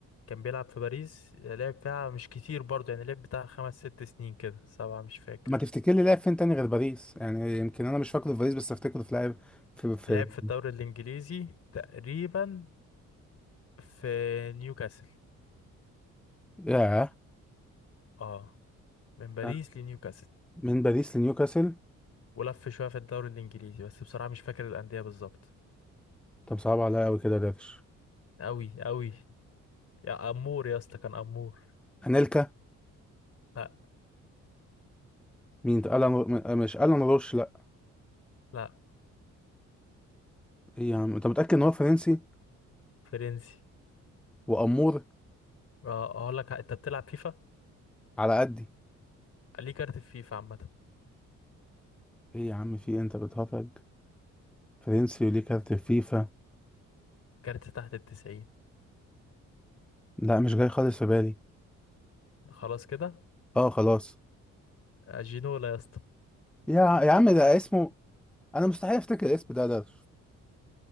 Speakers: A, on the left; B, in the centre.
A: كان بيلعب في باريس لعب فيها مش كتير برضه يعني لعب بتاع خمس ست سنين كده سبعة مش فاكر
B: ما تفتكر لي لاعب فين تاني غير باريس يعني يمكن انا مش فاكره في باريس بس افتكره في لاعب في في
A: لعب في الدوري الإنجليزي تقريبا في نيوكاسل
B: ياه
A: اه من باريس
B: آه،
A: لنيوكاسل
B: من باريس لنيوكاسل
A: ولف شوية في الدوري الإنجليزي بس بصراحة مش فاكر الأندية بالظبط
B: طب صعب عليا قوي كده يا دارش
A: أوي أوي يا أمور يا اسطى كان أمور
B: انيلكا
A: لا
B: مين ده؟ الان م- مش الان روش لا
A: لا
B: ايه يا عم انت متاكد ان هو فرنسي
A: فرنسي
B: وامور
A: اه أقول لك أنت بتلعب فيفا
B: على قدي
A: ليه كارت في فيفا عامة
B: ايه يا عم في إيه؟ انت بتهرج فرنسي وليه كارت فيفا
A: كارت تحت التسعين
B: لا مش جاي خالص في بالي
A: خلاص كده
B: اه خلاص
A: آه، جينولا يا اسطى
B: يا يا عم ده اسمه انا مستحيل افتكر الاسم ده ده